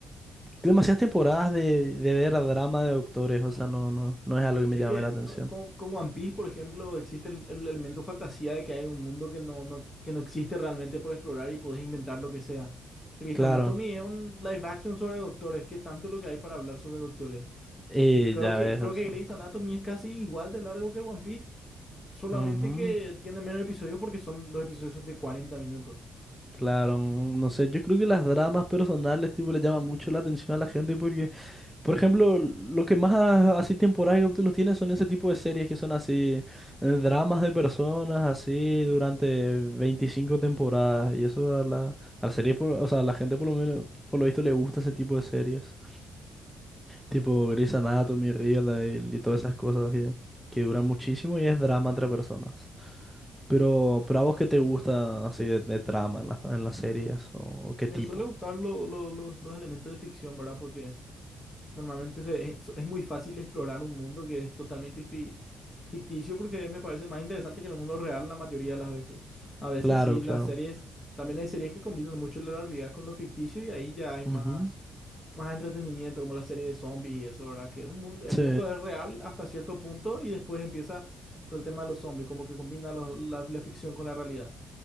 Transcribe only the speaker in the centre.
demasiadas temporadas de, de ver drama de doctores, o sea, no, no, no es algo que me
llame
la atención.
Claro,
y
ya
ves,
o sea,
ujú,
claro, no sé, yo creo que las dramas personales, tipo, le llaman mucho la atención a la gente porque Por ejemplo, lo que más a- así temporadas los tiene son ese tipo de series que son así, eh, dramas de personas así durante 25 temporadas. Y eso a la, a la serie, por- o sea, a la gente por lo menos, por lo visto le gusta ese tipo de series. Tipo Grey's Anatomy, Riverdale y todas esas cosas que, que duran muchísimo y es drama entre personas. Pero, pero a vos qué te gusta así de, de trama en las, en las series o, o qué
tipo.
Claro,
claro.
Ujú.
Sí.